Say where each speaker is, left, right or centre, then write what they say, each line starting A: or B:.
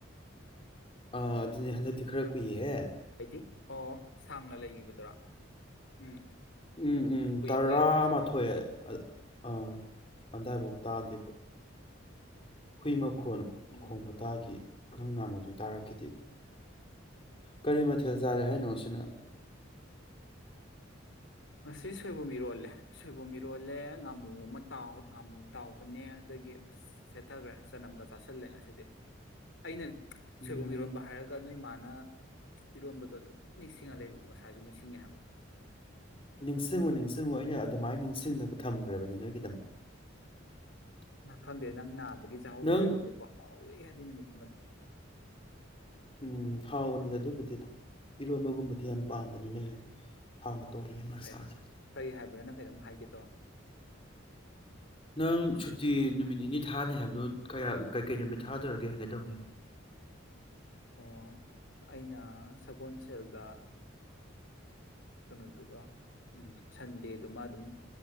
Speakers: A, on the left; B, on the left.
A: ꯑꯥ ꯑꯗꯨꯅꯦ ꯍꯟꯗꯛꯇꯤ ꯈꯔ ꯀꯨꯏꯌꯦꯍꯦ
B: ꯍꯥꯏꯗꯤ ꯑꯣ ꯁꯥꯡꯅ ꯂꯩꯈꯤꯕꯗꯨꯔꯥ ꯎꯝ
A: ꯎꯝ ꯎꯝ
B: ꯀꯨꯏ
A: ꯇꯔꯥꯃꯥꯊꯣꯏ
B: ꯀꯨꯏ ꯊꯝꯁꯤꯀꯣ ꯍꯟꯗꯛꯇꯤ
A: ꯑꯥ ꯑꯗꯥꯏꯐꯥꯎ ꯇꯥꯗꯦ ꯍꯨꯏꯃꯛ ꯏꯪꯈꯣꯣꯟ
B: ꯎꯝ
A: ꯈꯣꯡꯕꯇꯥꯒꯤ ꯅꯪ ꯅꯥꯡꯕꯗꯨ ꯇꯥꯔꯛꯈꯤꯗꯦꯕ ꯀꯔꯤ ꯃꯊꯦꯜ ꯆꯥꯔꯦ ꯍꯥꯏꯅꯣ
B: ꯑꯣ
A: ꯁꯤꯅ
B: ꯉꯁꯤ ꯁꯣꯏꯕꯨꯝ ꯏꯔꯣꯜꯂꯦ ꯁꯣꯏꯕꯨꯝ ꯏꯔꯣꯜꯂꯦ ꯉꯥꯃꯨ ꯑꯃ ꯉꯥꯃꯨ ꯇꯥꯎꯕꯅꯦ ꯑꯗꯒꯤ ꯑꯁ ꯆꯥꯈ꯭ꯔꯦ ꯆꯅꯝꯒ ꯆꯥꯁꯤꯜꯂꯦ ꯁꯤꯗꯤ ꯑꯩꯅ
A: ꯎꯝ
B: ꯁꯣꯏꯕꯨꯝ ꯏꯔꯣꯟꯝꯕ ꯍꯥꯏꯔꯒ ꯅꯣꯏ ꯏꯃꯥꯅ ꯏꯔꯣꯟꯕꯗꯣ ꯑꯗꯨꯝ ꯅꯤꯡꯁꯤꯡꯉ ꯂꯩꯕꯗꯣ ꯉꯁꯥꯏꯁꯨ ꯅꯤꯡꯁꯤꯡꯉꯦ ꯍꯥꯏꯕ
A: ꯅꯤꯡꯁꯤꯡꯉꯨ ꯅꯤꯡꯁꯤꯡꯉꯨ ꯑꯩꯅ ꯑꯗꯨꯃꯥꯏꯅ ꯅꯤꯡꯁꯤꯡꯅꯕ ꯊꯝꯈ꯭ꯔꯕꯅꯤ ꯅꯣꯏꯒꯤꯗꯃꯛ
B: ꯈꯪꯗꯦ ꯅꯪ ꯅꯥꯕ ꯒꯤ ꯆꯥꯍꯧꯗꯕꯔꯥ
A: ꯅꯪ
B: ꯈꯪꯗꯦꯀꯣ ꯍꯥꯎꯋꯦ ꯍꯥꯏꯗꯤ ꯅꯨꯃꯤꯠꯇꯃꯗꯤ
A: ꯎꯝ ꯍꯥꯎꯕꯅꯤꯅ ꯑꯗꯨꯕꯨꯗꯤ ꯏꯔꯣꯟꯕꯒꯨꯝꯕꯗꯤ ꯌꯥꯝ ꯄꯥꯝꯕꯅꯤꯅꯅꯦꯦ ꯍꯥꯎꯅ ꯇꯧꯕꯅꯤ ꯃꯥ
B: ꯍꯥꯏꯣ
A: ꯁꯥꯁꯨ
B: ꯀꯔꯤ ꯍꯥꯏꯕ꯭ꯔꯥꯅꯪ ꯀꯩꯅꯣꯝ ꯍꯥꯏꯒꯦ ꯇꯝ
A: ꯅꯪ ꯁꯨꯇꯤ ꯅꯨꯃꯤꯠ ꯅꯤꯅꯤ ꯊꯥꯅꯤ ꯍꯥꯏꯕꯗꯨꯣ ꯀꯌꯥ ꯀꯩꯀꯩ ꯅꯨꯃꯤꯠ ꯊꯥꯗꯔꯒꯦ ꯍꯥꯏꯒꯦ ꯇꯧꯅꯤ
B: ꯑꯣ ꯑꯩꯅ ꯁꯒꯣꯜꯁꯦꯜꯒ ꯀꯩꯅꯣꯗꯨꯒ ꯁꯟꯗꯦꯗꯨꯃ ꯑꯗꯨꯝ